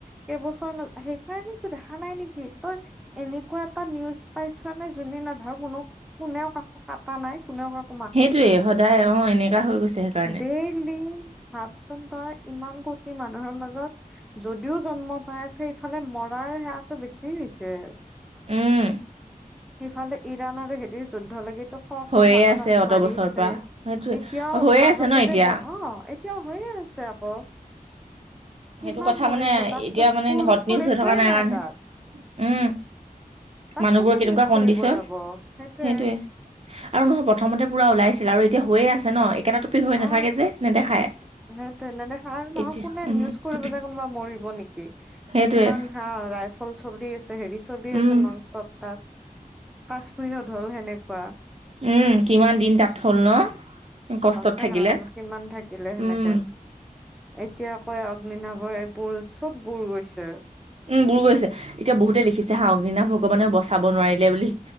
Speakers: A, in the centre; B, on the right (about 45°).
A: কেইবছৰ সেই কাৰণো দেখা নাই নেকি তই এনেকুৱা এটা নিউজ পাইছ। যোনে না ধৰ কোনো কোনেও ক কাটা নাই কোনেও ক
B: সেইটোৱে সদায় অ এনেকা হৈ গৈছে সেইকাৰণে
A: ডেইলি ভাবচোন তই ইমান কটি মানুহৰ মাজত। যদিও জন্ম পাই আছে ইফালে মৰাৰ হাৰটো বেছি হৈছে আৰু
B: উম
A: সিফালে ইৰাণ আৰু হেতিৰ যুদ্ধ লাগে। শ শ
B: হৈয়ে
A: মানুহ
B: আছে
A: তাতে
B: অত
A: মাৰিছে
B: বছৰৰ পৰা সেইটোয়ে
A: এতিয়াও
B: হৈয়ে
A: মাজতে
B: আছে ন এতিয়া
A: যে অ এতিয়াও হৈয়ে আছে আকৌ কিমান
B: সেইটো কথা
A: মৰিছে
B: মানে
A: তাততো
B: এতিয়া
A: স্কুল
B: মানে হট
A: স্কুল
B: নিউজ হৈ
A: একোৱেই
B: থকা
A: নাই
B: কাৰণে
A: তাত।
B: উম
A: তাক
B: মানুহবোৰৰ
A: কোনে
B: কেনেকুৱা
A: নিউজ
B: কণ্ডিচন
A: কৰিব যাব
B: সেইটৱে।
A: সেইটোয়ে
B: আৰু নহয় প্ৰথমতে পুৰা ওলাইছিল আৰু এতিয়া হৈয়ে আছে ন একেটাত। হৈ
A: অ
B: নাথাকে যে নেদেখায়
A: সেইটোয়ে নেদেখা আৰু নহয়
B: এতিয়া
A: কোনে
B: উম।
A: নিউজ কৰিব মৰিব নেকি
B: সেইটোয়ে
A: ইমান হে আৰু ৰাইজ ল চলি আছে হেৰি চলি
B: উম
A: আছে নন ষ্টপ তাত কাশ্মীৰত হ'ল সেনেকুৱা
B: উম কিমান দিন তাত হ'ল ন কষ্টত।
A: পহেলগামত
B: থাকিলে
A: কিমান থাকিলে সেনেকে
B: উম
A: এতিয়া কয় অগ্নি নাভৰ। বোৰ চব বুৰ গৈছে।
B: উম বুৰ গৈছে এতিয়া বহুতে লিখিছে হা অগ্নি ভগৱানেও বচাব নোৱাৰিলে বুলি।